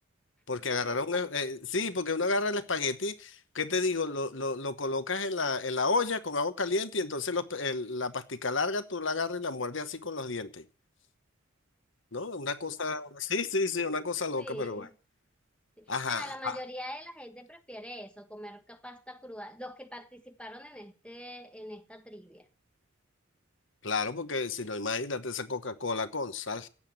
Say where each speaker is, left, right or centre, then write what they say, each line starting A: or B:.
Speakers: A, in the centre; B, on the left (about 65°).
A: <laughs>
B: Porque agarraron, e, eh, sí, porque uno agarra el espagueti, ¿qué te digo? Lo, lo, lo colocas en la, en la olla con agua caliente y entonces los pe- el- la pastica larga tú la agarras y la muerdes así con los dientes, ¿no? Una cosa, sí, sí, sí, una cosa loca,
A: Sí.
B: pero bueno. Ajá,
A: Bueno, la mayoría
B: ah,
A: de la gente prefiere eso, comer ca- pasta cruda. Los que participaron en este, en esta trivia.
B: claro, porque si no, imagínate esa Coca-Cola con sal,